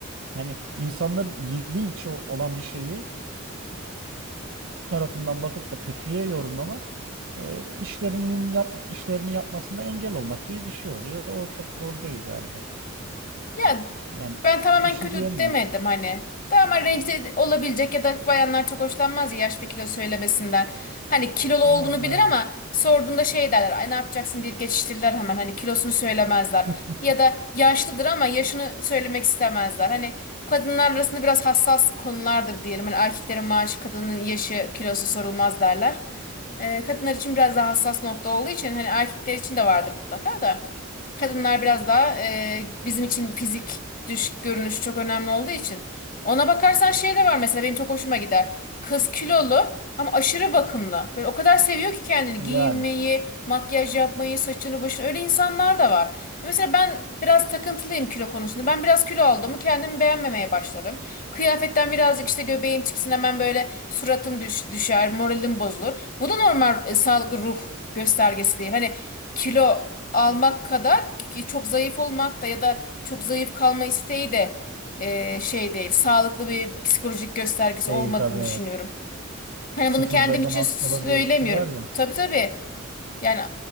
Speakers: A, on the right; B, on the left.
A: Hani insanların iyiliği için olan bir şeyi tarafından bakıp da kötülüğe yorumlamak e, işlerinin yap, işlerini yapmasına engel olmak gibi bir şey oluyor. O çok doğru değil galiba.
B: Ya
A: Yani
B: Ben tamamen
A: bir şey
B: kötü
A: diyemiyorum.
B: demedim hani. Tamamen rencide olabilecek ya da bayanlar çok hoşlanmaz ya yaş bir kilo söylemesinden. Hani kilolu olduğunu
A: Ha, yani
B: bilir ama sorduğunda şey derler. Ay ne yapacaksın deyip geçiştirirler hemen. Hani kilosunu söylemezler.
A: <laughs>
B: Ya da yaşlıdır ama yaşını söylemek istemezler. Hani bu kadınlar arasında biraz hassas konulardır diyelim. Hani erkeklerin maaşı, kadının yaşı, kilosu sorulmaz derler. Ee, kadınlar için biraz daha hassas nokta olduğu için hani erkekler için de vardır mutlaka da. Kadınlar biraz daha e, bizim için fizik dış görünüş çok önemli olduğu için. Ona bakarsan şey de var mesela benim çok hoşuma gider. Kız kilolu ama aşırı bakımlı. Böyle o kadar seviyor ki kendini
A: yani
B: giyinmeyi, makyaj yapmayı, saçını başını öyle insanlar da var. Mesela ben biraz takıntılıyım kilo konusunda. Ben biraz kilo aldığımı kendimi beğenmemeye başlarım. Kıyafetten birazcık işte göbeğim çıksın hemen böyle suratım düş, düşer, moralim bozulur. Bu da normal e, sağlıklı ruh göstergesi değil. Hani kilo almak kadar ki çok zayıf olmak da ya da çok zayıf kalma isteği de e, şey değil. Sağlıklı bir psikolojik göstergesi
A: değil
B: olmadığını
A: tabii evet.
B: düşünüyorum. Hani
A: Sıfır
B: bunu kendim
A: beden
B: için
A: hastalığı
B: söylemiyorum.
A: diye bir şey var ya.
B: Tabii tabii. Yani